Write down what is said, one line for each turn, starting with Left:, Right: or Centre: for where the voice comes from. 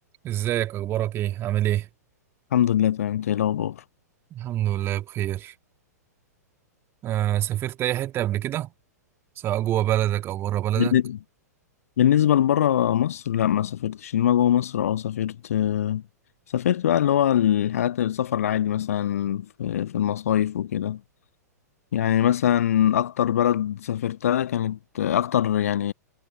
Right: ازيك اخبارك ايه عامل ايه
Left: الحمد لله تمام انت ايه الاخبار
Right: الحمد لله بخير آه سافرت أي حتة قبل كده سواء جوه بلدك أو بره بلدك
Left: بالن- بالنسبه لبره مصر لا ما سافرتش انما جوه مصر اه سافرت آه، سافرت بقى اللي هو الحاجات السفر العادي مثلا في في المصايف وكده يعني مثلا اكتر بلد سافرتها كانت اكتر يعني